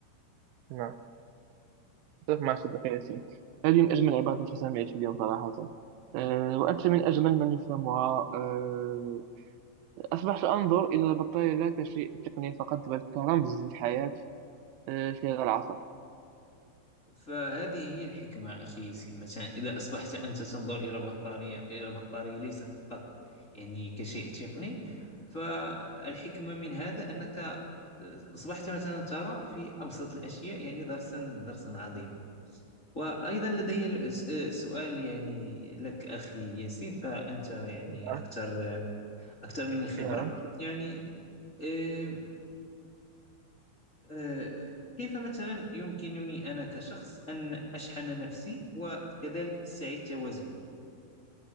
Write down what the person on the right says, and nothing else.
نعم أتفق مع صديقي ياسين هذه من أجمل العبارات التي سمعت اليوم صراحة آه، وأنت من أجمل من يفهمها آه، أصبحت أنظر إلى البطارية لا كشيء تقني فقط بل كرمز للحياة آه، في هذا العصر
نعم
نعم